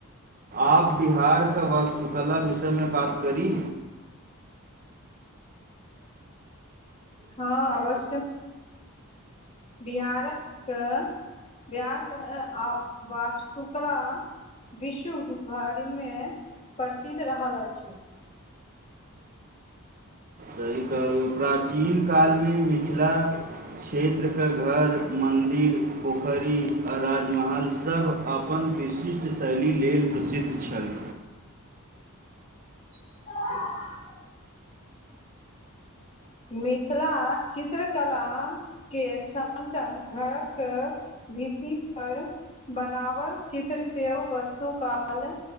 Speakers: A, on the right; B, on the left.
A: आव बिहार के वस्तु कला विषयमे बात करी?
B: हँ अवश्य। बिहारक के बिहार के अ वास्तुकला विश्व भरिमे प्रसिद्ध रहल अछि।
A: सही कहलू, प्राचीन कालमे मिथिला क्षेत्र क घर मन्दिर, पोखरी, आ राजमहल सब, आब अपन विशिष्ट शैली लेल, प्रसिद्ध छल।
B: ओऽआआ <unintelligible> मिथिला, चित्रकला के संग -संग घरक भीति पर बनावल, चित्र सेहो वस्तु काल